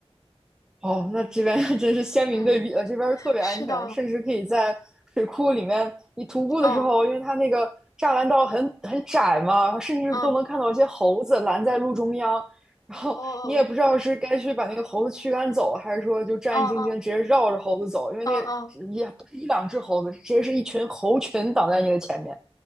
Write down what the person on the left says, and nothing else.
嗯，
是的，
哦，
嗯，
哦，
哦，哦，哦，
哦，哦。